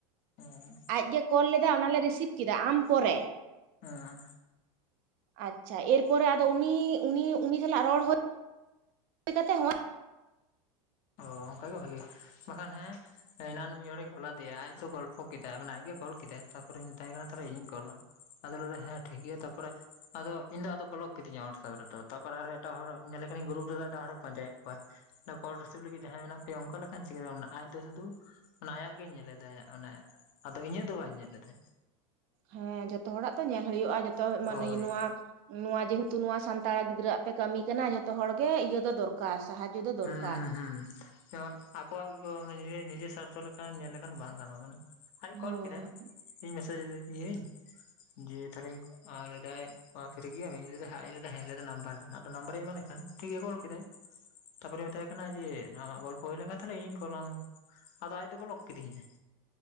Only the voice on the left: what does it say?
ᱦᱮᱸ᱾
ᱦᱮᱸ᱾
ᱚᱻ ᱚᱱᱠᱟ ᱜᱮ ᱵᱷᱟᱜᱮᱭᱟ ᱵᱟᱠᱷᱟᱱ ᱦᱮᱸ ᱮᱱᱟᱱ ᱢᱤᱫ ᱦᱚᱲᱤᱧ ᱠᱚᱞ ᱟᱫᱮᱭᱟ ᱟᱡ ᱫᱚ ᱜᱚᱞ ᱯᱷᱚ ᱠᱮᱫᱟᱭ ᱢᱟᱱᱮ ᱟᱡᱜᱮ ᱠᱚᱞ ᱠᱮᱫᱟᱭ ᱛᱟᱨᱯᱚᱨᱮᱧ ᱢᱮᱛᱟᱭ ᱠᱟᱱᱟ ᱛᱟᱦᱞᱮ ᱤᱧᱤᱧ ᱠᱚᱞᱟ᱾ ᱟᱫᱚᱞᱮ ᱦᱮᱸ ᱴᱷᱤᱠᱜᱮᱭᱟ ᱛᱟᱯᱚᱨᱮ ᱟᱫᱚ ᱤᱧᱫᱚ ᱟᱫᱚ ᱵᱚᱞᱚᱠ ᱠᱤᱫᱤᱧᱟ ᱦᱚᱣᱟᱴᱥᱮᱯ ᱨᱮᱫᱚ ᱛᱟᱯᱚᱨᱮ ᱟᱨᱦᱚᱸ ᱮᱴᱟᱜ ᱦᱚᱲ ᱧᱮᱞᱮ ᱠᱟᱱᱤ ᱜᱩᱨᱩᱯ ᱨᱮᱫᱚ ᱮᱴᱟᱜ ᱦᱚᱲᱮ ᱯᱟᱸᱡᱟᱭᱮᱫ ᱠᱚᱣᱟ ᱢᱟᱱᱮ ᱠᱚᱞ ᱨᱤᱥᱤᱵᱷ ᱞᱟᱹᱜᱤᱫ ᱡᱟᱦᱟᱸᱭ ᱢᱮᱱᱟᱜ ᱯᱮᱭᱟ ᱚᱝᱠᱟ ᱞᱮᱠᱟᱡ ᱪᱤᱠᱟᱹ ᱜᱟᱱᱚ, ᱟᱡ ᱫᱚ ᱥᱩᱫᱩ ᱟᱭᱟᱜ ᱜᱮ ᱧᱮᱞᱮᱫᱟᱭ ᱚᱱᱮ ᱟᱫᱚ ᱤᱧᱟᱹᱜ ᱫᱚ ᱵᱟᱭ ᱧᱮᱞᱮᱫᱟᱭ᱾
ᱦᱳᱭ
ᱦᱩᱸ ᱦᱩᱸ ᱦᱩᱸ᱾ ᱡᱮᱢᱚᱱ ᱟᱠᱚᱣᱟᱜ ᱜᱮᱠᱚ ᱱᱤᱡᱮ ᱱᱤᱡᱮ ᱥᱟᱨᱛᱷᱚ ᱞᱮᱠᱷᱟᱱ ᱧᱮᱞ ᱞᱮᱠᱷᱟᱱ ᱵᱟᱝ ᱜᱟᱱᱚᱜᱼᱟ ᱢᱟᱱᱮ ᱟᱡ
ᱠᱚᱞ ᱠᱮᱫᱟᱭ ᱤᱧ ᱢᱮᱥᱮᱡᱽᱡᱟᱫᱤᱭᱟᱹᱧ᱾
ᱡᱮ ᱛᱟᱦᱚᱞᱮᱧ ᱞᱮᱫᱟ ᱯᱷᱤᱨᱤ ᱜᱮᱭᱟᱢ ᱤᱧ ᱞᱟᱹᱭᱟ ᱮᱫᱟ ᱦᱮᱸ ᱱᱟᱢᱵᱟᱨ ᱵᱮ ᱟᱫᱚ ᱱᱟᱢᱵᱟᱨᱮᱧ ᱮᱢᱟᱞᱮ ᱠᱷᱟᱱ ᱴᱷᱤᱠ ᱜᱮ ᱠᱚᱞ ᱠᱮᱫᱟ᱾ ᱛᱟᱯᱚᱨ ᱢᱮᱛᱟᱭ ᱠᱟᱱᱟ ᱡᱮ ᱱᱚᱣᱟ ᱜᱚᱞᱯᱚ ᱦᱳᱭ ᱞᱮᱠᱷᱟᱱ ᱛᱟᱦᱮ ᱤᱧ ᱠᱚᱞᱟᱢᱟ᱾ ᱟᱫᱚ ᱟᱡ ᱫᱚ ᱵᱚᱞᱚᱜ ᱠᱤᱫᱤᱧᱟᱭ᱾